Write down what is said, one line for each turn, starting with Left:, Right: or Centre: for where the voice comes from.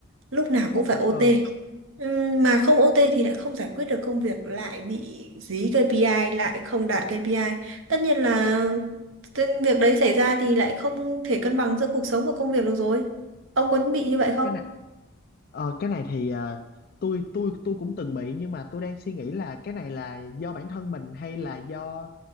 Right: lúc nào cũng phải OT.
Left: ờ
Right: Ừm, Mà không OT thì lại không giải quyết được công việc, lại bị dí KPI, lại không đạt KPI. Tất nhiên là Thế việc đấy xảy ra thì lại không thể cân bằng giữa cuộc sống và công việc được rồi. Ông có bị như vậy không?
Left: cái này Ờ, cái này thì ờ, tôi tôi tôi cũng từng bị nhưng mà tôi đang suy nghĩ là cái này là do bản thân mình hay là do